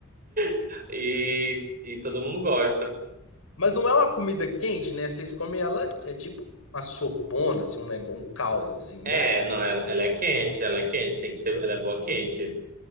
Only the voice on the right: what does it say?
<laughs> e, e todo mundo gosta.
É,
não, ela, ela é quente, ela é quente, tem que ser, ela é boa quente.